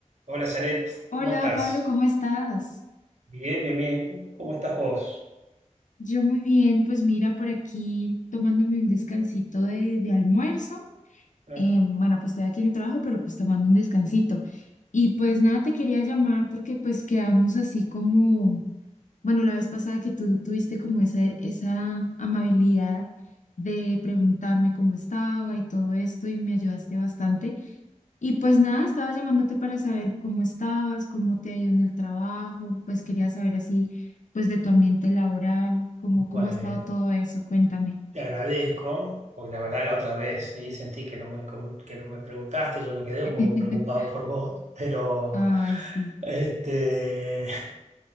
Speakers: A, on the right; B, on the left.
A: Hola, Zaret,
B: Hola
A: ¿cómo estás?
B: Pablo, ¿cómo estás?
A: Bien, bien, bien. ¿Cómo estás vos?
B: Yo muy bien, pues mira por aquí tomándome un descansito de, de almuerzo.
A: Ah,
B: Eh, bueno, pues estoy aquí en mi trabajo, pero pues tomando un descansito. Y pues nada, te quería llamar porque pues quedamos así como Bueno, la vez pasada que tú tuviste como esa, esa amabilidad de preguntarme cómo estaba y todo esto y me ayudaste bastante. Y pues nada, estaba llamándote para saber cómo estabas, cómo te ha ido en el trabajo, pues quería saber así, pues de tu ambiente laboral, cómo,
A: Bueno,
B: cómo ha estado todo eso, cuéntame.
A: te agradezco, porque la verdad la otra vez sí, sentí que no me, com- que no me preguntaste, yo me quedé un
B: <laughs>
A: poco preocupado por vos, pero
B: Ay, sí,
A: este, <laughs>